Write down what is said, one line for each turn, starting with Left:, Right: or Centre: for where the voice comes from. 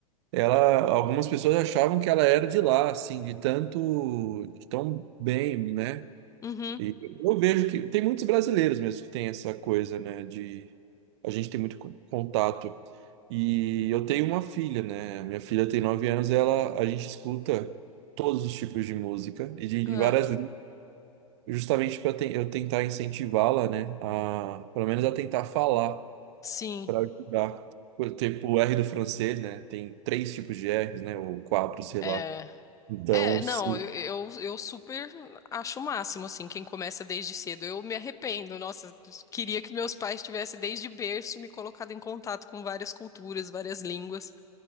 Right: ela, algumas pessoas achavam que ela era de lá, assim, de tanto, de tão bem, né?
Left: Uhum,
Right: E eu vejo que tem muitos brasileiros mesmo que tem essa coisa, né? De a gente tem muito co- contato. E eu tenho uma filha, né? Minha filha tem nove anos, ela, a gente escuta todos os tipos de música e de, de
Left: é,
Right: várias justamente para eu tentar incentivá-la, né, a pelo menos a tentar falar
Left: sim,
Right: para ajudar. Por- Tipo o R do francês, né? Tem três tipos de R's, né? Ou quatro, sei
Left: é.
Right: lá. Então,
Left: É, não,
Right: sim,
Left: eu, eu, eu super acho o máximo, assim, quem começa desde cedo. Eu me arrependo, nossa, queria que meus pais tivessem desde berço me colocado em contato com várias culturas, várias línguas,